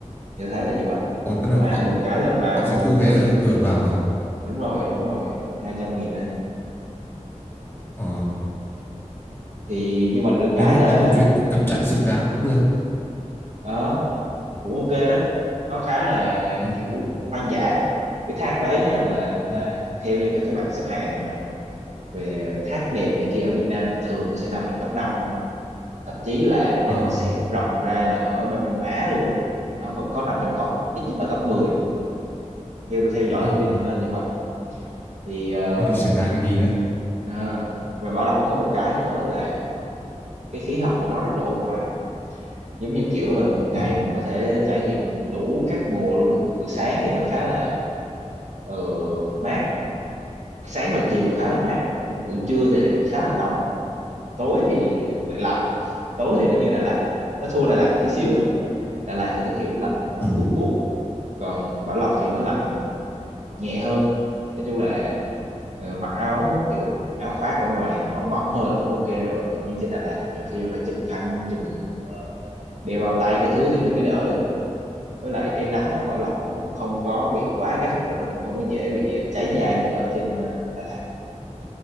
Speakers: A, on the right; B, on the left.
A: tôi thấy là như vậy
B: Ủa, tức
A: nhưng
B: là
A: mà
B: họ
A: được cái là vào
B: họ sẽ thu
A: mua
B: vé ở cửa vào à?
A: đúng rồi đúng rồi hai trăm nghìn
B: Ờ.
A: thì nhưng mà được
B: Nếu
A: cái
B: mà
A: là
B: có một chuyến cắm trại xứng đáng cũng được.
A: ờ, cũng ok đấy nó khá là
B: Ừ.
A: kiểu hoang dã cái thác đấy nhá là là
B: Ừ.
A: theo như các cái bảng xếp hạng mà về thác đẹp này kia ở Việt Nam thì thường nó sẽ nằm trong top năm thậm chí là nếu
B: Ờ.
A: mà xét rộng ra là ở Đông Nam Á luôn ấy, thì nó vẫn có nằm trong top ít nhất là top 10 theo tôi theo dõi
B: Ừ.
A: thông tin thì là như vậy thì ờ,
B: Thế thì xứng đáng để đi đấy.
A: à, và Bảo Lộc nó có một cái nữa là cái khí hậu của nó rất là ôn hòa giống như kiểu là một ngày
B: Ừ.
A: mình có thể trải nghiệm đủ các mùa luôn á buổi sáng thì nó khá là ờ, mát sáng và chiều khá là mát nhưng mà buổi trưa thì khá là nóng tối thì lại lạnh tối thì nó như Đà Lạt vậy nó thua Đà Lạt một tí xíu thôi Đà Lạt thì nó kiểu lạnh
B: Ừ.
A: buốt buốt còn Bảo Lộc thì nó lạnh nhẹ hơn nói chung là ờ, mặc áo kiểu áo khoác ở ngoài mỏng mỏng thôi là cũng ok rồi còn như trên Đà Lạt thì nhiều khi là phải trùm khăn trùm ờ, đeo bao tay cái thứ thì nó mới đỡ được với lại cái nắng ở Bảo Lộc nó cũng không có bị quá gắt và nó cũng không có dễ bị ờ, cháy da như ở trên ờ, Đà Lạt